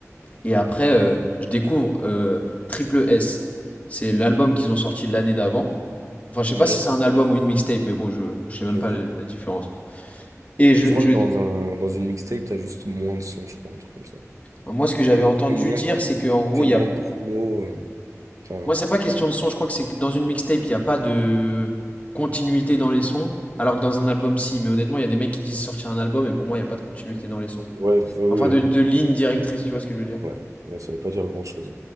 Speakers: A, on the left (about 25°); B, on the right (about 75°).
A: Et après, euh, je découvre euh, Triple S. C'est l'album qu'ils ont sorti l'année d'avant. Enfin, je sais
B: Ok,
A: pas si c'est un album ou une mixtape, mais bon, je, je sais
B: ok,
A: même pas
B: ok.
A: la la différence. Et je,
B: Je crois
A: je-
B: que dans un, dans une mixtape, t'as juste moins de sons, je crois, un truc comme ça.
A: moi, ce que j'avais
B: Et genre,
A: entendu
B: tu fais moins
A: dire,
B: de, pro-
A: c'est que en gros,
B: tu
A: il
B: fais moins
A: y a.
B: de promos. euh, Enfin,
A: Moi, c'est pas question de son. Je crois que c'est que dans une mixtape, il n'y a pas de continuité dans les sons, alors que dans un album, si. Mais honnêtement, il y a des mecs qui disent sortir un album, et pour moi, il n'y a pas de continuité dans les sons.
B: ouais, ouais, ouais,
A: Enfin, de,
B: ouais.
A: de ligne directrice, tu vois ce que je veux dire?
B: Ouais, ouais, ça veut pas dire grand-chose.